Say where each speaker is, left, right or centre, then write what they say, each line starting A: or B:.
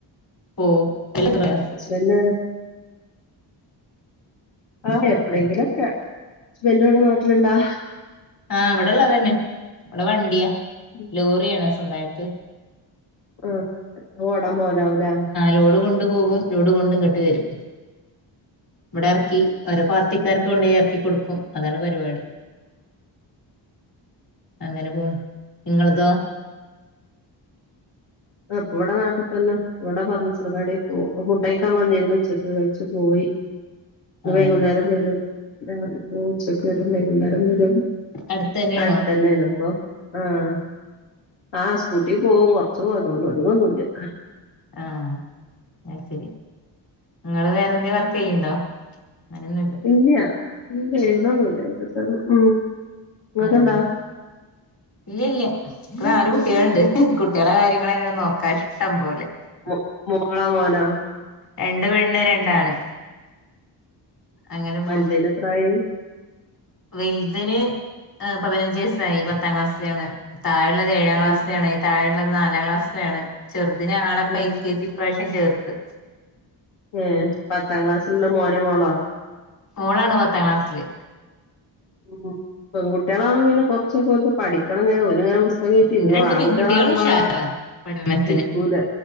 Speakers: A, on the left; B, on the left.
A: പോവും <unintelligible>
B: ഹസ്ബന്റോ ആഹ് എപ്ലെങ്കിലൊക്കെ ഹസ്ബന്റ് വടെ നാട്ടില്ണ്ടോ
A: ആഹ് ഇവടെള്ളതെന്നെ ഇവടെ വണ്ട്യ
B: ഉം
A: ലോറിയാണോ സ്വന്തമായിട്ട്
B: ആഹ് ഓടാൻ പോകലാവുലേ
A: ലോട് കൊണ്ട് പോകും ലോട് കൊണ്ട് ഇങ്ങട്ട് വരും ഇവടെ എറക്കി ഓരോ പാർട്ടിക്കാർക്ക് കൊണ്ടോയി എറക്കി കൊടുക്കും അതാണ് പരിപാടി
B: <inaudible>
A: അങ്ങനെപോണ് നിങ്ങളതോ
B: ഇപ്പ ഇവിടെ നാട്ടിൽതന്നെ ഇവടെ ഫർണിച്ചർ കടയിൽപോവും ഫുഡ്ഡ് കഴിക്കാൻ വന്നീര്ന്നു ഉച്ചക്ക് കഴിച്ചു പോയി ഇനി
A: ആഹ്
B: വൈകുന്നേരം വരും രാവിലെ പോവും ഉച്ചക്ക് വരും വൈകുന്നേരം വരും
A: അടുത്തന്നെയാണോ
B: അടുത്തന്നെണോ അപ്പൊ ആഹ് ആഹ് സ്കൂട്ടി പോകും കുറച്ച് ഓഹോ അതൊന്ന് അതിഗോന്നുല്യ
A: ആഹ് അത് ശരി നിങ്ങള് വേറെ എന്തേലും വർക്ക് ചെയ്യുന്നുണ്ടോ അങ്ങനെ
B: ഇല്ല്യ ഒന്നുംചെയ്യുന്നൊന്നില്ല വിട്ട്ത്തന്നെ ഉം ഇങ്ങക്ക്ണ്ടോ
A: ആഹ്
B: <inaudible>
A: ഇല്ലേ ഇല്ല എനിക്ക് നാല് കുട്ടികളുണ്ട് കുട്ടികളെ കാര്യങ്ങള്തന്നേണ്ട് നോക്കാ ഇഷ്ടം പോലെ
B: മോ മോളാ മോനോ
A: രണ്ട് പെണ്ണ് രണ്ടാണ് അങ്ങനെ പോണ്
B: വലുതേന് എത്രായി
A: വലുതിന് ഏഹ് പതിനഞ്ച് വയസ്സായി പത്താം ക്ലാസ്സിലാണ് താഴെള്ളത് ഏഴാം ക്ലാസ്സിലാണ്
B: ആഹ്
A: താഴെയുള്ളത് നാലാം ക്ലാസിലാണ് ചെറുദിനെ ഞങ്ങളിപ്പ
B: ആഹ്
A: എൽ കെ ജി ഇപ്രാവശ്യം ചേർത്ത്
B: ഏഹ് പത്താം ക്ലാസ്സിലുള്ളത് മോനോ മോളോ
A: മോളാണ് പത്താം ക്ലാസ്സില്
B: ഉം പെൺകുട്ടികളാവുമ്പോ പിന്നെ കുറച്ച് ഓൽക്ക് ഓൽക്ക് പഠിക്കണന്നേ ഓൽ ങ്ങനെ പുസ്തകായിട്ട് ഇരുന്നോളും
A: ഇത് രണ്ട്
B: ആൺകുട്ടികളാകുമ്പോള്
A: പെൺകുട്ടികളും ഉഷാറാ പഠനത്തിന്
B: ഇരിക്കൂല